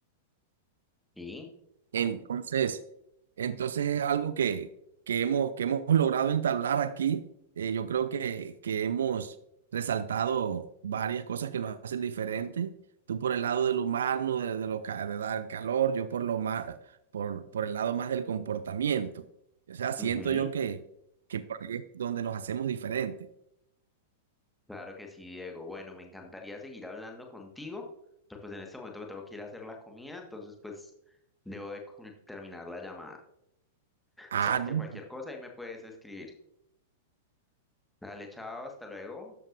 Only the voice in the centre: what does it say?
Sí.
Ujú.
Claro que sí, Diego. Bueno, me encantaría seguir hablando contigo, pero pues en este momento me tengo que ir a hacer la comida, entonces pues debo de cul- terminar la llamada.
Sabes
que cualquier cosa ahí me puedes escribir. Dale, chao, hasta luego.